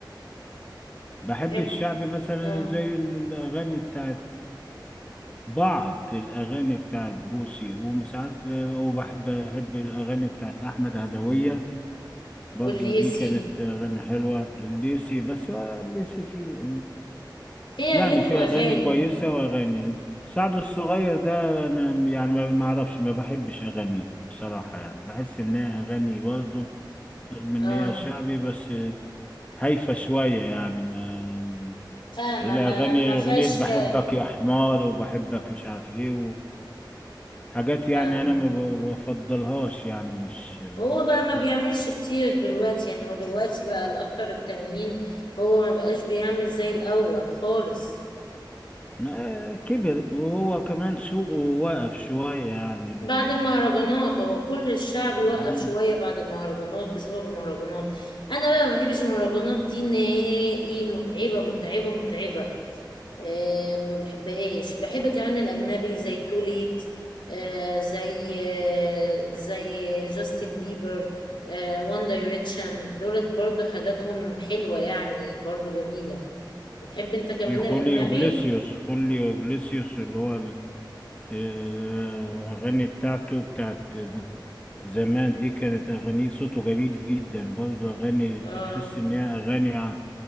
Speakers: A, on the left (about 15°); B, on the left (about 80°).
A: بحب
B: تحب
A: الشعبي مثلا
B: اه
A: زي ال- الاغاني بتاعت بعض الأغاني بتاعت بوسي وساعات وبحب بحب الأغاني بتاعت أحمد عدوية برضو
B: والليسي
A: دي كانت أغاني حلوة الليسي بس هو الليسي في
B: فيها
A: يعني
B: اغاني
A: في
B: واغاني
A: أغاني كويسة وأغاني سعد الصغير ده م- يعني ما ما أعرفش ما بحبش أغانيه بصراحة يعني بحس إن هي أغاني برضو رغم إن
B: اه
A: هي شعبي بس هايفة شوية يعني ما
B: فاهمة
A: الأغاني
B: ما ما فيهاش
A: أغنية بحبك
B: كلام
A: يا حمار وبحبك مش عارف إيه حاجات يعني
B: فاهمة
A: انا ما ب- بفضلهاش يعني مش
B: هو بقى
A: مش
B: ما
A: كويس.
B: بيعملش كتير دلوقتي يعني هو دلوقتي بقى الأخطر التانيين هو ما بقاش بيعمل زي الأول خالص
A: آه، كبر وهو كمان سوقه واقف شوية يعني ال...
B: بعد المهرجانات هو كل الشعب يوقف
A: مم.
B: شوية بعد المهرجانات بسبب المهرجانات أنا بقى ما بحبش المهرجانات دي نهائي متعبة متعبة متعبة آه، ما بحبهاش بحب كمان الأجنبي زي توليت آه، زي آه، زي جاستن بيبر آه، وان دايركشن دولت برضو حاجاتهم حلوة يعني برضو جميلة بتحب انت كمان
A: في خوليو
B: الأجنبي؟
A: جليسيوس خوليو جليسيوس اللي هو ال... آه، أغاني بتاعته بتاعت ز- زمان دي كانت أغانيه صوته جميل جدا برضه أغاني
B: اه
A: تحس إن هي أغاني ع-